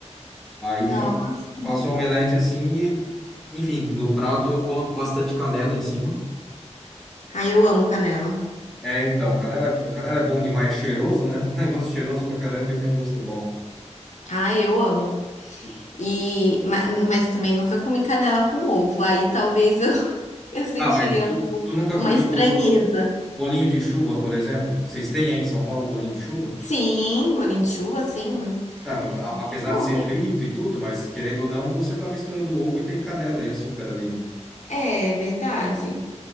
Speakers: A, in the centre; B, on the left (about 80°).
A: Aí
B: Nossa.
A: fa- faço omelete assim e, enfim, no prato eu coloco bastante canela em cima.
B: Ai, eu amo canela.
A: É, então, canela, canela é bom demais, é cheiroso, né? <laughs> Um negócio cheiroso pra caramba e tem um gosto bom.
B: Ai, eu amo.
A: E-
B: E ma- mas, também nunca comi canela com ovo. Aí talvez eu, <laughs> eu sentiria
A: Ah, mas tu,
B: um-
A: tu nunca
B: uma
A: comeu
B: estranheza.
A: bolinho, bolinho de chuva, por exemplo? Vocês têm aí em São Paulo bolinho de chuva?
B: Sim, bolinho de chuva, sim. né?
A: Tá, no- a-
B: A gente
A: apesar
B: come.
A: de ser frito e tudo, mas querendo ou não, você tá misturando ovo e tem canela e açúcar ali, né?
B: É é verdade.